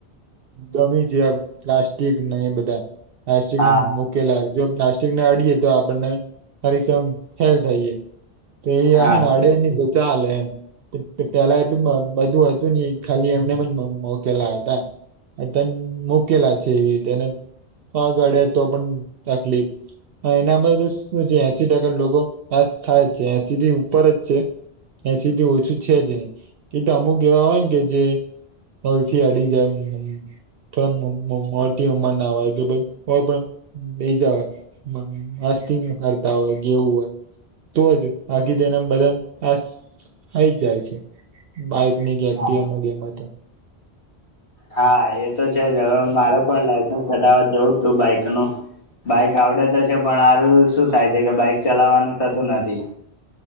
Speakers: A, on the right; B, on the left.
A: દમી જેમ પ્લાસ્ટિક ને એ બધા પ્લાસ્ટિક
B: હા
A: મુ કેલા જો પ્લાસ્ટિકને અડીએે તો આપણને હરીક્ષમ હેલ થઈએ. તો ઈ
B: હા
A: અહેને અડે ની તો ચાલે એમ. પેલા એટલુ મબધું હતુ ની ખાલી એમને એમ મોકેલા હતા એમ આ તમે મોકેલા છે એવી રીતેને પગ અડે તો પણ.. તકલીફ એનામા સ જે એસી ટકા લોકો પાસ થાય. જે સીધી ઉપર જ છે. એસી થી ઓછુ છે જ ની એ તો અમુક એવા હોય ને કે જે હલ થી આડી જાયમમ.. પણ મોટી ઉંમર ના હોય કે ભાઈ કોઈ પણ બે જવાય મસ્તીંગ કરતા હોય ગેવું હોય. તો જ ભાગી દેનેમ બધા આ હઈ જ જાય છે. બાઈક ની ગેઈટમ
B: હા
A: ગમ તો.
B: હા એ તો છે જ હવે મારે પણ લાયસન્સ કઢાવા જવુ તું બાઈક નું. બાઈક આવડે તો છે પણ આારું શું થાય છે કે બાઈક ચલાવવાનુ થતું નથી.